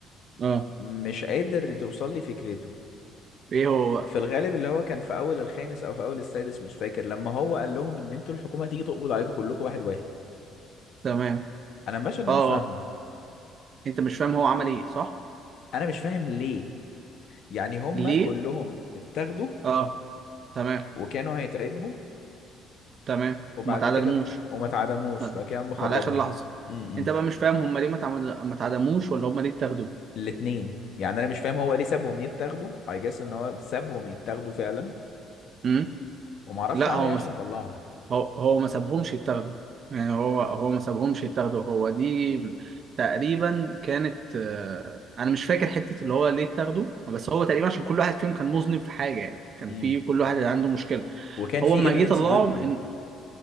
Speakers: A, on the right; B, on the left.
A: اه
B: مش قادر توصل لي فكرته
A: ايه هو بقى
B: في الغالب اللي هو كان في اول الخامس او في اول السادس مش فاكر لما هو قال لهم ان انتوا الحكومه هتيجي تقبض عليكم كلكم واحد واحد
A: تمام
B: انا المشهد ده
A: اه
B: مش
A: آه.
B: فاهمه
A: انت مش فاهم هو عمل ايه صح
B: انا مش فاهم ليه يعني هما
A: ليه
B: كلهم اتاخدوا
A: اه تمام
B: وكانوا هيتعدموا
A: تمام
B: وبعد
A: وما تعادلوش
B: كده م- وما اتعدموش
A: مثلا
B: وبعد كده قام مخرجهم
A: على اخر لحظه
B: امم
A: انت بقى مش فاهم هم ليه ما تعمد- ما اتعدموش ولا هم ليه اتاخدوا
B: الاتنين يعني انا مش فاهم هو ليه سابهم يتاخدوا اي جاس ان هو سابهم يتاخدوا فعلا
A: امم
B: ومعرفش
A: لا
B: عمل
A: هو
B: ايه
A: مثلا
B: عشان يطلعهم
A: هو هو ما سابهمش يتاخدوا يعني هو هو ما سابهمش يتاخدوا هو دي تقريبا كانت آه، انا مش فاكر حته اللي هو ليه اتاخدوا بس هو تقريبا عشان كل واحد فيهم كان مذنب في حاجه يعني كان
B: امم
A: في كل واحد عنده مشكله
B: وكان
A: هو
B: في
A: اما
B: ايفيدنس
A: جه طلعهم
B: ضده
A: ان